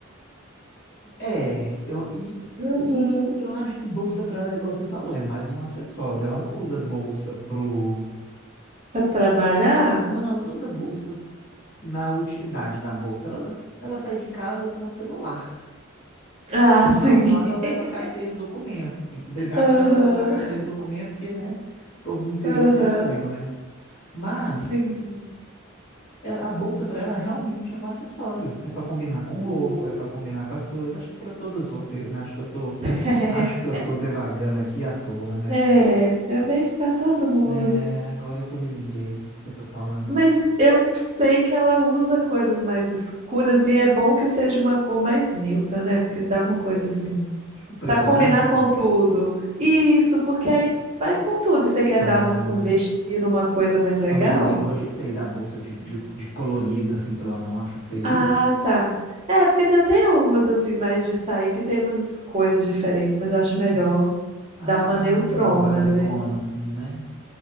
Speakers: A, on the left; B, on the right.
A: É, eu, e,
B: Uhum.
A: e e eu acho que bolsa pra ela é igual você falou, é mais um acessório. Ela não usa bolsa pro.
B: Pra trabalhar?
A: Não, não, ela não usa bolsa na utilidade da bolsa. Ela, ela sai de casa com o celular.
B: Ah,
A: Mal,
B: sim.
A: mal ela leva
B: <laughs>
A: carteira e documento. Tem que brigar
B: Aham.
A: com ela para levar carteira e documento, porque, né? O povo do interior
B: Aham.
A: você já viu, né? Mas
B: Sim.
A: ela- a bolsa para ela realmente é um acessório. É para combinar com roupa,
B: Uhum.
A: é para combinar com as coisas. Acho que para todas vocês, né? Acho que eu tô,
B: <laughs>
A: acho que eu tô devagando aqui à toa, né?
B: É, eu meio que pra todo mundo.
A: É, agora que eu me liguei, que eu tô falando.
B: Mas eu sei que ela usa coisas mais escuras e é bom que seja uma cor mais neutra, né? Porque dá uma coisa assim.
A: Tipo, preto
B: Pra combinar
A: ou branco?
B: com tudo. Isso, porque aí vai com tudo. E você quer
A: Ah.
B: dar uma, investir numa coisa mais legal?
A: Não, mas eu nem cogitei da bolsa de, de, de colorida, assim, pra ela não, acho feio.
B: Ah, tá. É, porque tem até umas assim, mais de sair, que tem umas coisas diferentes, mas eu acho
A: É.
B: melhor
A: Ah,
B: dar uma neutrona,
A: uma basicona,
B: né?
A: assim, né?